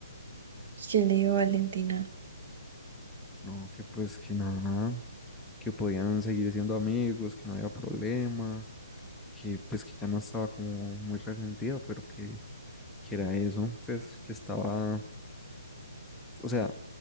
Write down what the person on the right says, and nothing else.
¿qué le digo Valentina?